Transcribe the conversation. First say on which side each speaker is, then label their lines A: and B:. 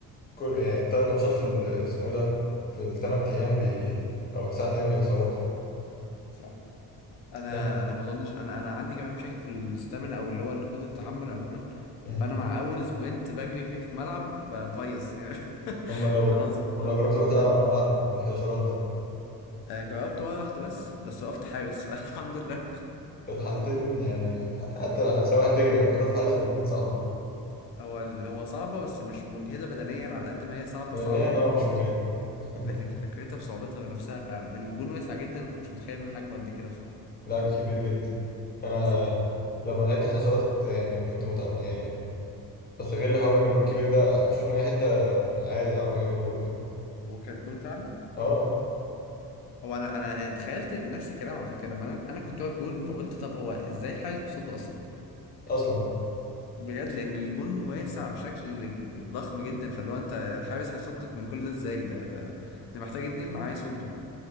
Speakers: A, on the left; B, on the left.
A: كل يعني ثلاث ماتشات في ال- اسمه ايه ده في الثمان ايام بي او التسع ايام بيبقوا سواط
B: صح انا
A: ده-
B: انا ما اظنش انا انا عندي كمان مشاكل في الستامina او اللي هو قدره التحمل عموما
A: مم.
B: فانا مع اول سبرنت بجري فيه في ملعب بفيص يعني <laughs>
A: هم لو
B: خلاص الموضوع
A: هم لو
B: بيكون
A: جربت بقى
B: منتهي
A: تلعب على ملعب الحداشرات ده
B: آه، جربت مره واحده بس بس وقفت حارس <laughs> فالحمد لله
A: في الحالتين يعني ح- حتى لو-
B: آه.
A: سواء هتجري او هتقف حارس الاثنين صعب
B: هو هو صعبه بس مش مجهده بدنيا على قد ما هي صعبه
A: نعم
B: صعبه
A: اه
B: يعني
A: مش موجود <laughs>
B: لكن فكرتها في صعوبتها بنفسها فعلا الجون واسع جدا وما كنتش متخيل ان حجمه قد كده بصراحه
A: لاعب كبير جدا انا
B: صح
A: لما لعبت حداشرات يعني كنت متابع يعني استغل حوار ان الجون كبير ده اشوط من اي حته عادي اعرف اجيب جول فاهم
B: وكانت جون فعلا
A: اه
B: هو انا انا تخيلت نفس الكلام على فكره لما انا انا كنت واقف جون فقلت طب هو ازاي الحارس بيصد اصلا
A: آه، اصلا بقى
B: بجد لان الجون واسع بشكل ضخم جدا فاللي هو انت الحارس هيصدك من كل ده ازاي ده ده ده محتاج اتنين معاه يصدوا